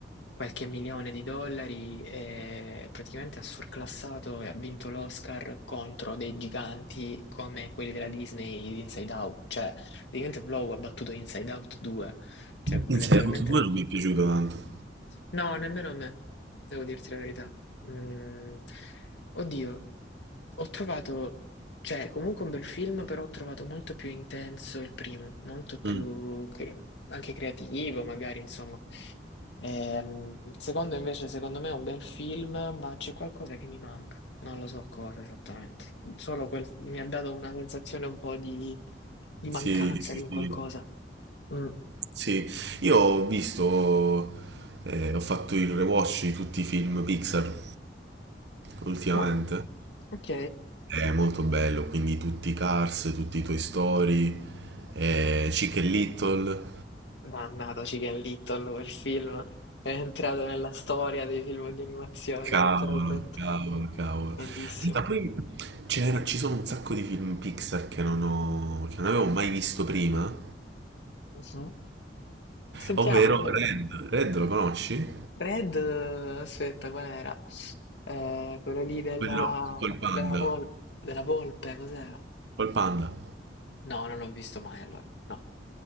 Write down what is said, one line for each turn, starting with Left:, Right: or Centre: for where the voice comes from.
Left: qualche milione di dollari, e praticamente ha surclassato e ha vinto l'Oscar contro dei giganti come quelli della Disney di Inside Out. Cioè, praticamente Flow ha battuto Inside Out 2. Cioè,
Right: Insomma,
Left: letteralmente
Right: tutti e due non mi è piaciuto tanto.
Left: No, nemmeno a me, devo dirti la verità. Mm, oddio, ho trovato, cioè, comunque un bel film, però ho trovato molto più intenso il primo, molto più
Right: Mh.
Left: cre- anche creativo, magari, insomma. Ehm, il secondo invece, secondo me, è un bel film, ma c'è qualcosa che mi manca. Non lo so cosa esattamente. Solo quel, mi ha dato una sensazione un po' di, di mancanza
Right: Sì, sì,
Left: di un
Right: sì.
Left: qualcosa. Mm.
Right: Sì, io ho visto, eh, ho fatto il rewatch di tutti i film Pixar. ultimamente.
Left: Ah, ok.
Right: È molto bello, quindi tutti i Cars, tutti i Toy Story, eh, Chic e Little.
Left: Mannata Chicken Little, quel film è entrato nella storia dei film di animazione,
Right: Cavolo,
Left: letteralmente.
Right: cavolo, cavolo.
Left: Bellissimo.
Right: Senta, poi c'era- ci sono un sacco di film Pixar che non ho, che non avevo mai visto prima,
Left: Mhm. Sentiamo,
Right: ovvero
Left: sì.
Right: Red. Red lo conosci?
Left: Red, eh, aspetta, qual era? Eh, quello lì della,
Right: Quello col panda.
Left: della, vol- della volpe, cos'era?
Right: Col panda.
Left: No, non l'ho visto mai allora. No,